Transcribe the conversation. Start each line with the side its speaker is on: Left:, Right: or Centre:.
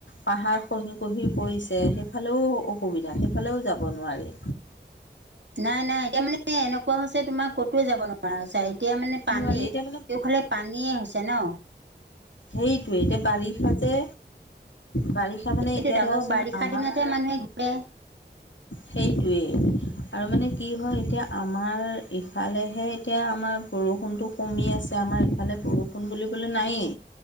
Left: পাহাৰ খহি খহি পৰিছে, সেইফালেও অসুবিধা সেইফালেও যাব নোৱাৰি।
Right: নাই নাই এতিয়া মানে এনেকুৱা হৈছে তোমাৰ ক'তোও যাব নোৱাৰা। এতিয়া মানে পানী
Left: নোৱাৰি এতিয়া
Right: কেউফালে পানীয়ে হৈছে ন।
Left: সেইটোয়ে এতিয়া বাৰিষাযে বাৰিষা। তাৰ মানে
Right: সেইটোত
Left: এতিয়া
Right: আকৌ
Left: ধৰাচোন
Right: বাৰিষা
Left: আমাৰ
Right: দিনতহে মানুহে ঘূৰে।
Left: সেইটোৱেই, আৰু মানে কি হয় এতিয়া আমাৰ ইফালেহে এতিয়া আমাৰ বৰষুণটো কমি আছে আমাৰ ইফালে বৰষুণ বুলিবলৈ নায়েই,